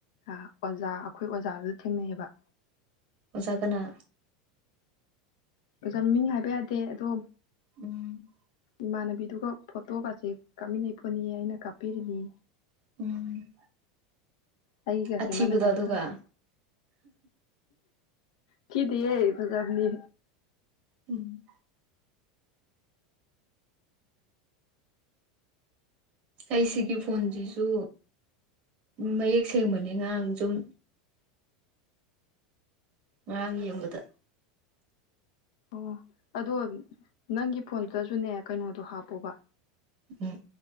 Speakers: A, on the left; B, on the right.
A: ꯑꯣꯖꯥ ꯑꯩꯈꯣꯏ ꯑꯣꯖꯥꯗꯨꯗ ꯊꯦꯡꯅꯩꯑꯕ
B: ꯑꯣꯖꯥ ꯀꯅꯥ
A: ꯑꯣꯖꯥ ꯃꯤꯡ ꯍꯥꯏꯕ ꯌꯥꯗꯦ ꯑꯗꯣ
B: ꯎꯝ
A: ꯏꯃꯥꯟꯅꯕꯤꯗꯨꯒ ꯐꯣꯇꯣꯒꯁꯦ ꯀꯥꯞꯃꯤꯟꯅꯩꯄꯅꯤ ꯑꯩꯅ ꯀꯥꯞꯄꯤꯔꯤꯅꯤ
B: ꯎꯝ
A: ꯑꯩꯒꯦꯁꯤ
B: ꯑꯊꯤꯕꯗꯣ
A: ꯃꯥꯏꯝ
B: ꯑꯗꯨꯒ
A: ꯀꯥꯄꯤ ꯊꯤꯗꯦꯍꯦ ꯐꯥꯖꯕꯅꯦ
B: ꯎꯝ ꯑꯩ ꯁꯤꯒꯤ ꯐꯣꯟꯁꯤꯁꯨ ꯃꯌꯦꯛ ꯁꯦꯡꯕꯅꯤ ꯉꯔꯥꯡ ꯁꯨꯝ ꯉꯔꯪ ꯌꯦꯡꯕꯗ
A: ꯑꯣ ꯑꯗꯣ ꯅꯪꯒꯤ ꯐꯣꯟꯗꯨꯗꯁꯨꯅꯦ ꯀꯩꯅꯣꯗꯣ ꯍꯥꯞꯄꯣꯕ
B: ꯎꯝ